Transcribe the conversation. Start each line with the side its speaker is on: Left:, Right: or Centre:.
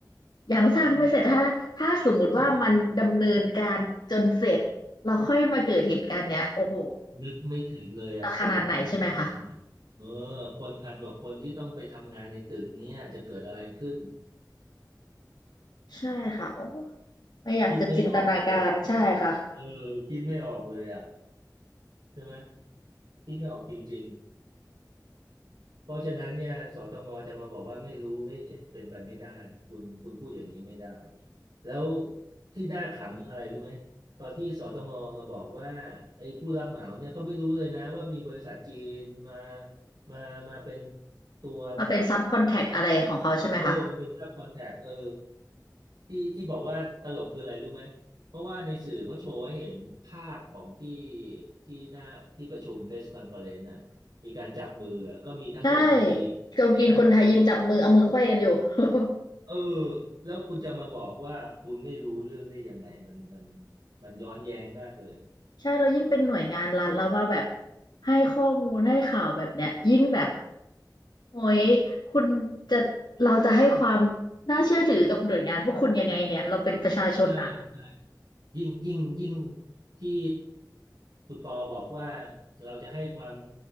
Left: ยังสร้างไม่เสร็จถ้าถ้าสมมุติว่ามันดำเนินการจนเสร็จเราค่อยมาเกิดเหตุการณ์เนี้ยโอ้โห
Right: ใช่โอ้นึกไม่ถึงเลยอ่ะคนพันคนอ่ะเออ
Left: จะขนาดไหนใช่ไหมคะ
Right: คนพันกว่าคนที่ต้องไปทำงานในตึกเนี้ยจะเกิดอะไรขึ้น
Left: ใช่ค่ะโอ้ไม่อยากจะจินตนาการใช่ค่ะ
Right: คิดไม่ออกเลยอ่ะเออคิดไม่ออกเลยอ่ะใช่ไหมคิดไม่ออกจริงๆเพราะฉะนั้นเนี่ยสตงจะมาบอกว่าไม่รู้ไม่เห็นเป็นไปไม่ได้คุณคุณพูดอย่างนี้ไม่ได้ แล้วที่น่าขำอะไรรู้ไหมตอนที่สตงมาบอกว่าไอ้ผู้รับเหมาเนี่ยเขาไม่รู้เลยนะว่ามีบริษัทจีนมามามาเป็นตัว
Left: มาเป็นซับคอนแทคอะไรของเขาใช่ไหมคะ
Right: เอาเออมันเปืนซับคอนแทคเออที่ที่บอกว่าตลกคืออะไรรู้ไหมเพราะว่าในสื่อเขาโชว์ให้เห็นภาพของที่ที่หน้าที่ประชุม press conference น่ะมีการจับมืออะก็มีทั้งคนจีนมีทั้งไทย
Left: ใช่คนจีนคนไทยยืนจับมือเอามือไขว้กันอยู่ <laughs>
Right: เออแล้วคุณจะมาบอกว่าคุณไม่รู้เรื่องได้ยังไงมันมันมันย้อนแย้งมากเลย
Left: ใช่เรายิ่งเป็นหน่วยงานรัฐแล้วมาแบบให้ข้อมูลให้ข่าวแบบเนี้ยยิ่งแบบโอ้ยคุณจะเราจะให้ความน่าเชื่อถือกับหน่วยงานพวกคุณยังไงเนี่ยเราเป็นประชาชนอะ
Right: ใช่ใช่ ยิ่งยิ่งยิ่งที่คุณปอบอกว่าเราจะให้ความ